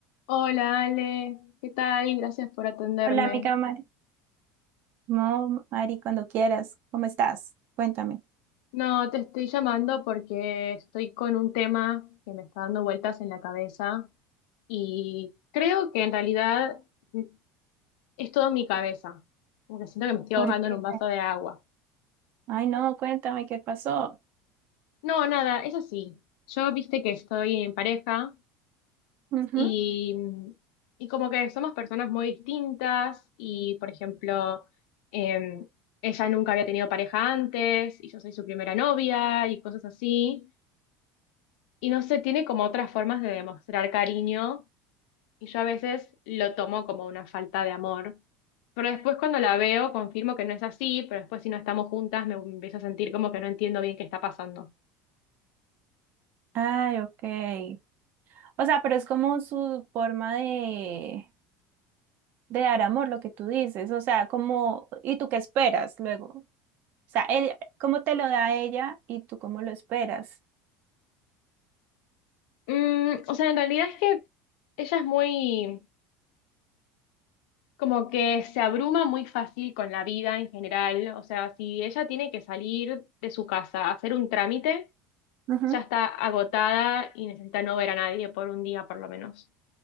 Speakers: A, on the left; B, on the right.
A: Hola Ale, ¿qué tal? Gracias por atenderme.
B: Hola, amiga Mari. No, Mari, cuando quieras. ¿Cómo estás? Cuéntame.
A: No, te estoy llamando porque estoy con un tema que me está dando vueltas en la cabeza y creo que en realidad mm, es todo mi cabeza, porque siento que me estoy
B: ¿Por
A: ahogando
B: qué?
A: en un vaso de agua.
B: Ay, no, cuéntame qué pasó.
A: No, nada, es así. Yo viste que estoy en pareja
B: Ujú.
A: Y, y como que somos personas muy distintas y, por ejemplo, eh, ella nunca había tenido pareja antes y yo soy su primera novia y cosas así. Y no sé, tiene como otras formas de demostrar cariño y yo a veces lo tomo como una falta de amor. Pero después cuando la veo confirmo que no es así, pero después si no estamos juntas me empiezo a sentir como que no entiendo bien qué está pasando.
B: Ay, ok. O sea, pero es como su forma de, de dar amor, lo que tú dices. O sea, como, ¿y tú qué esperas luego? O sea, él, ¿cómo te lo da ella y tú cómo lo esperas?
A: Mm, o sea, en realidad es que ella es muy... Como que se abruma muy fácil con la vida en general. O sea, si ella tiene que salir de su casa a hacer un trámite,
B: Ujú.
A: ya está agotada y necesita no ver a nadie por un día por lo menos.